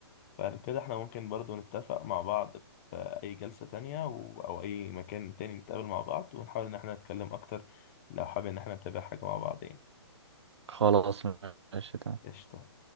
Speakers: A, on the left (about 35°); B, on the right (about 80°).
A: فلو كده احنا ممكن برضو نتفق مع بعض في أي جلسة تانية و... أو أي مكان تاني نتقابل مع بعض ونحاول إن احنا نتكلم أكتر لو حابين إن احنا نتابع حاجة مع بعض يعني
B: خلاص ماشي تمام
A: قشطة